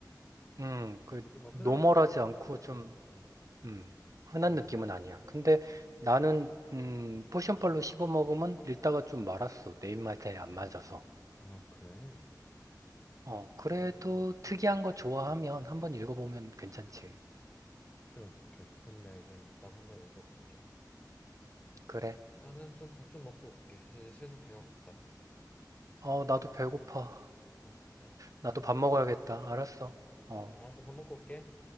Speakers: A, on the right; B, on the left.
A: 음, 그
B: 요즘 막
A: 노멀하지
B: 흔한 느낌?
A: 않고 좀
B: 음,
A: 음, 흔한
B: 뭐,
A: 느낌은
B: 좀.
A: 아니야. 근데 나는 음, 포션빨로 씹어먹으면 읽다가 좀 말았어. 내 입맛에 안 맞아서.
B: 아, 그래?
A: 어, 그래도
B: 음,
A: 특이한 거 좋아하면 한번 읽어보면 괜찮지.
B: 오케이, 오케이. 그럼 내가 이건 이따가 한번 읽어볼게.
A: 그래.
B: 나는 좀 밥 좀 먹고 올게. 이제 슬슬 배가 고프다.
A: 어, 나도 배고파.
B: 어, 야,
A: 나도 밥
B: 먹고
A: 먹어야겠다.
B: 오자.
A: 알았어. 어.
B: 음, 알았어. 밥 먹고 올게.